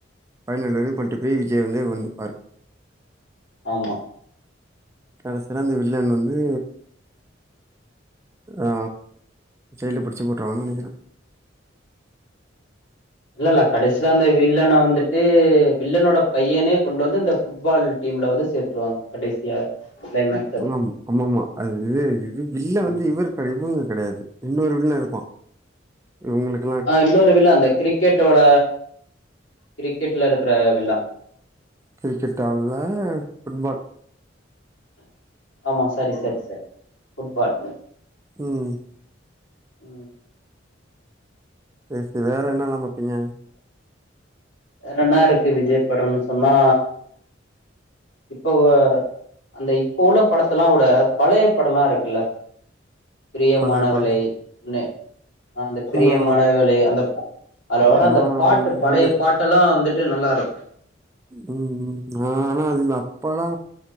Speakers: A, on the right; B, on the left.
A: ஃபைனல் வர்யு கொண்ட்டு போய் விஜய் வந்து ஒன்னுப்பாரு
B: ஆமா
A: கடசில அந்த வில்லன் வந்து ஆ ஜெயில்ல புடிச்சு போட்ருவாங்க நெனைக்குறே
B: இல்லல்ல கடைசில அந்த வில்லன வந்துட்டு வில்லனோட பையனே கொண்டு வந்து இந்த ஃபுட் பால் டீம்ல வந்து சேத்துடுவாங் கடைசியா க்ளைமேக்
A: ஆம் அம்மம்மா அது இது இது வில்ல வந்து
B: ம்
A: இவரு சாரி இவுங்க கெடையாது இன்னொரு வில்லேருப்பா இவுங்ளுக்
B: ஆ இன்னொரு வில்லே அந்த க்ரிக்கெட்டோட க்ரிக்கெட்ல இருக்குற வில்லே
A: க்ரிக்கெட்டால்ல ஃபுட்பால்
B: ஆமா சாரி சாரி சாரி ஃபுட்பால்
A: ம்
B: ம்
A: சேரி சே வேற என்னெல்லா பாப்பீங்க
B: வேறென்னாருக்கு விஜய் படன்னு சொன்னா இப்போ ஓ அந்த இப்ப உள்ள படத்தெலா உட பழய படலாருக்குல்ல பிரியமானவளே
A: பழைய படோ
B: ண்ணு அந்த பிரியமானவளே
A: நா
B: அந்த அதுல வர அந்த
A: நா
B: பாட்
A: அந்த மாரி
B: பாட்டெல்லா வந்துட்டு நல்லாருக்கு
A: ம் ம் ஆ ஆனா அது நா அப்பலா